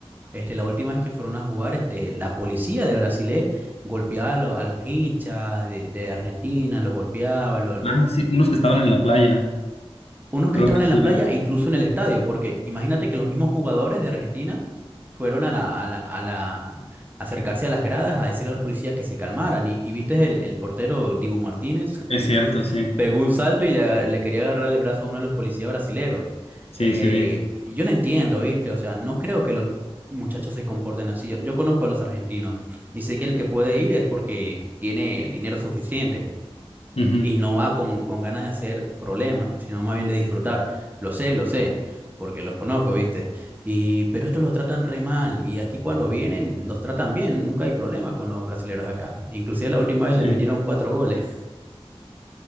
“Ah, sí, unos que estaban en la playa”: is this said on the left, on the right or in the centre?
Left